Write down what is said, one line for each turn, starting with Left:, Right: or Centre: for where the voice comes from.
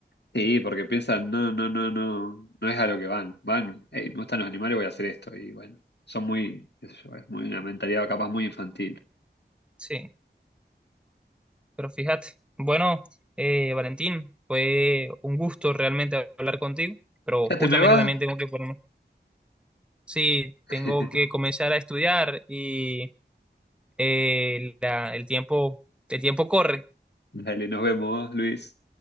Left: Sí, porque piensan, no, no, no, no, no es a lo que van. Van, hey, me gustan los animales, voy a hacer esto. Y bueno, son muy, qué sé yo, es muy una mentalidad capaz muy infantil.
Centre: Sí. Pero fíjate, bueno, eh, Valentín, fue un gusto realmente hablar contigo, pero
Left: Ya
Centre: justamente
Left: te me va.
Centre: también tengo que ponerme, sí,
Left: <laughs>
Centre: tengo que comenzar a estudiar y eh, la- el tiempo, el tiempo corre.
Left: Dale, nos vemos, Luis.